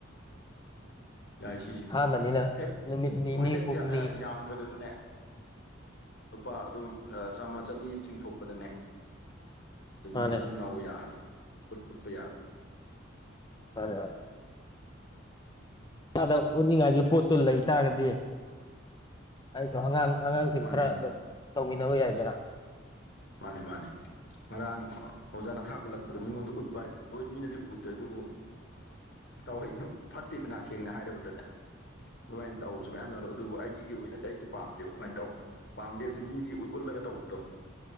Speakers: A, on the left; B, on the left.
A: ꯌꯥꯏ ꯁꯤꯁꯦ
B: ꯑꯍꯥꯟꯕꯅꯤꯅ
A: ꯍꯦꯛ ꯑꯩꯈꯣꯏ
B: ꯅꯨꯃꯤꯠ ꯅꯤꯅꯤ
A: ꯍꯦꯛ
B: ꯍꯨꯝꯅꯤ
A: ꯌꯥꯝꯗ꯭ꯔꯒꯁꯨꯅꯦ ꯂꯨꯄꯥ ꯑꯗꯨꯝ ꯆꯥꯝꯃ ꯆꯅꯤ ꯆꯤꯡꯊꯣꯛꯄꯗꯅꯦ ꯑ
B: ꯃꯥꯅꯦ
A: ꯃꯤ ꯑꯗꯨꯝ ꯌꯥꯎꯕ ꯌꯥꯔꯅꯤ ꯎꯠꯄ ꯌꯥꯔꯅꯤ
B: ꯐꯔꯦ ꯍ ꯏꯁꯥꯗ ꯎꯠꯅꯤꯡꯉꯥꯏꯒꯤ ꯄꯣꯠꯇꯨ ꯂꯩꯇꯥꯥꯔꯒꯗꯤ ꯑꯩꯁꯨꯣ ꯑꯉꯥꯡ ꯑꯉꯥꯡꯁꯤꯡ
A: ꯃꯥꯅꯦ
B: ꯈꯔ ꯑꯗꯨꯝ ꯇꯧꯃꯤꯟꯅꯕ ꯌꯥꯏꯗꯔ
A: ꯃꯥꯅꯦ ꯃꯥꯅꯦ ꯉꯔꯥꯡ ꯑꯣꯖꯥꯅ ꯊꯥꯒꯠꯂꯛꯄꯗꯣ ꯃꯤꯉꯣꯟꯗ ꯎꯠꯄ ꯍꯥꯏ ꯍꯣꯏ ꯃꯤꯅꯗꯤ ꯎꯗ꯭ꯔꯦ ꯑꯗꯨꯕꯨ ꯇꯍ ꯐꯠꯇꯦꯗꯅ ꯁꯦꯡꯅ ꯍꯥꯏꯔꯕꯗꯨꯗ ꯑꯗꯨꯃꯥꯏꯅ ꯇꯧꯕꯁꯨ ꯃꯌꯥꯝ ꯌꯥꯎꯔꯑꯣ ꯑꯗꯨꯕꯨ ꯑꯩꯒꯤ ꯑꯣꯏꯅꯗꯤ ꯑꯩꯁ ꯄꯥꯝꯗꯦꯕ ꯑꯗꯨꯃꯥꯏꯅ ꯇꯧꯕꯗꯣ ꯄꯥꯝꯗꯦꯕꯗꯤ ꯃꯤꯒꯤ ꯎꯠꯂꯒ ꯇꯧꯕꯛꯇꯣ